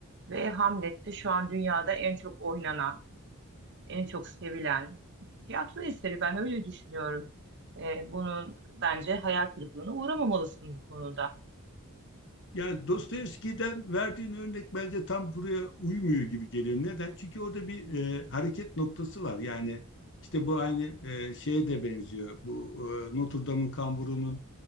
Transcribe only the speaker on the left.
Yani Dostoyevski'den verdiğin örnek bence tam buraya uymuyor gibi geliyor. Neden? Çünkü orada bir e, hareket noktası var. Yani işte bu aynı e, şeye de benziyor. Bu e, Notre Dame'ın kamburunun